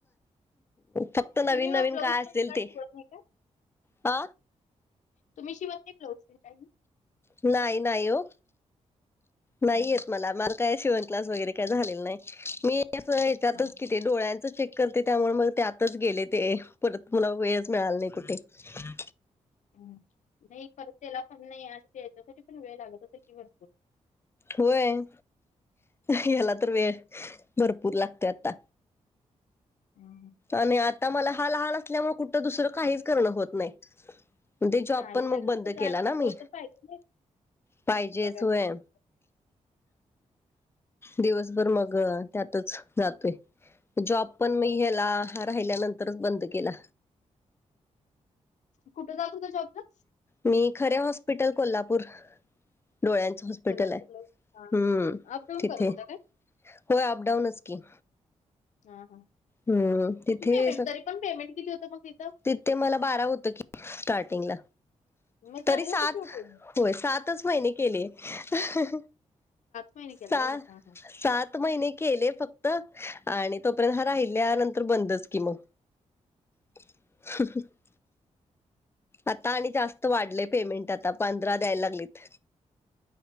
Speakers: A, on the left; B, on the left.
A: फक्त
B: तुम्ही
A: नवीन
B: मग
A: नवीन
B: ब्लाऊज
A: काय असेल
B: तेन
A: ते
B: शिवत नाही का?
A: अ
B: तुम्ही शिवत नाही ब्लाउजच काही?
A: नाही नाही हो नाही
B: हं,
A: येत मला मा काय शिवण क्लास वगैरे काय झालेल नाही मी त्यातच
B: हां.
A: ते डोळ्यांचं चेक करते त्यामुळे मग ते आतच गेले ते परत मला वेळच मिळाल नाही कुठे <unintelligible>
B: हम नाही खर त्यालापण नाही असते याच्यासाठी पण वेळ लागत असेल की भरतो.
A: होय. ह्याला तर वेळ भरपूर लागतोय आता.
B: हं, हं.
A: आणि आता मला हा लहान असल्यामुळे कुठं दुसरं काहीच करणं होत नाही. ते जॉब
B: नाही
A: पण मग
B: लगेचच
A: बंद केला
B: आणि
A: ना मी
B: कोणतर पाहिजे नाही
A: पाहिजेच
B: बघायला
A: होय.
B: माणसं.
A: दिवसभर मग त्यातच जातोय. जॉब पण
B: होय.
A: म ह्याला राहिल्यानंतरच बंद केला.
B: कुठे जात होता जॉबवर
A: मी खरे हॉस्पिटल कोल्हापूर. डोळ्यांचं हॉस्पिटल
B: कोल्हापूरला.
A: आहे
B: हां,
A: हम्म
B: हां. अपडाऊन
A: तिथे.
B: करत होता काय?
A: होय अप डाऊनच की.
B: हा हा
A: हम्म तिथे
B: किती पेमेंट तरी पण पेमेंट किती होतं मग ती
A: तिथे मला बारा होत की स्टार्टिंगला
B: मग
A: तरी
B: चांगलं
A: सात
B: होतं की ओ पेमेंट.
A: होय सातच महिने केले स
B: महिने केला
A: सात
B: व्हय? हां, हां.
A: सात महिने केले फक्त आणि तोपर्यंत हा राहिल्या नंतर बंदच की मग <inaudible> आता आणि जास्त वाढलेय पेमेंट आता पंधरा द्यायला लागलेत